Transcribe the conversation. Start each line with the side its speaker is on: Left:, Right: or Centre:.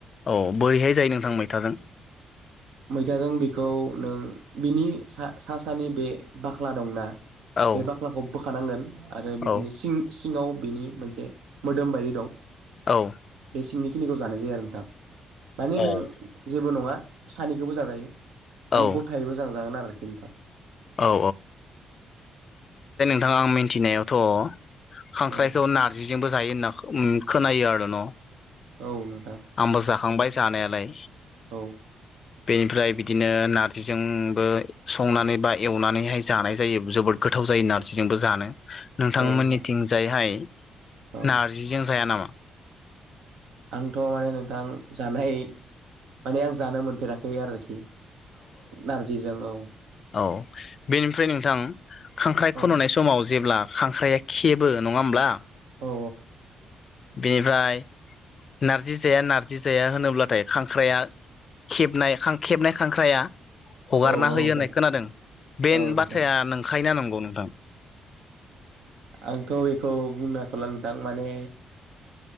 Left: औव बोरैहाय जायो नोंथां मैथाजों
Right: मैथाजों बिखौ नों बिनि सा सानि बे बाख्ला दंना।
Left: औ
Right: बे बाख्लाखौ बोखानांगोन आरो बिदिनो
Left: औ
Right: सिं सिङाव बिनि मोनसे मोदोम बायदि दं।
Left: औव
Right: बे सिंनिखिनिखौ जानाय जायो आरो नोंथां माने नों
Left: औ
Right: जेबो नङा सानैखौबो जाजायो माने
Left: औ
Right: गथायै जाजागोन आरोखि नोंथां
Left: औ नोंथां आं मिन्थिनायावथ' खांख्राइखौ
Right: औ
Left: नारजिजोंबो जायो होनना ओम खोनायो आरो न'
Right: औव नों
Left: आंबो जाखांबाय जानायालाय।
Right: औ
Left: बेनिफ्राय बिदिनो नारजिजोंबो संनानै बा एवनानैहाय जानाय जायो जोबोद गोथाव जायो नारजिजोंबो जानो नोंथांमोननिथिंजायहाय
Right: औ नोंथां औ
Left: नारजिजों जाया नामा?
Right: आंथ' माने नोंथां जानाय माने आं जानो मोनफेराखै आरोखि नारजिजों औव
Left: औव बेनिफ्राय नोंथां खांख्राइ
Right: औ
Left: खन'नाय समाव जेब्ला खांख्राइआ खेबो नङा होमब्ला?
Right: औ
Left: बेनिफ्राय नारजि जाया नारजि जाया होनोब्लाथाय खांख्राइआ खेबनाय खेबनाय खांख्राइआ हगारना
Right: औ
Left: होयो
Right: नोंथां
Left: होननाय खोनादों बे
Right: औ नोंथां
Left: बाथ्राया नंखायना नंगौ नोंथां?
Right: आंथ' बेखौ बुंनो हाथ'ला नोंथां माने